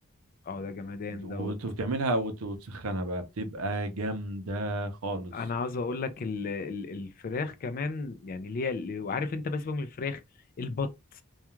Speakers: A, on the left; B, on the right.
A: اه ده جمدان
B: وت-
A: دوت
B: وتعملها وت- وتسخنها بقى بتبقى جامده خالص
A: انا عاوز اقول لك ال... ال... الفراخ كمان يعني اللي هي اللي... وعارف انت بس سيبك من الفراخ البط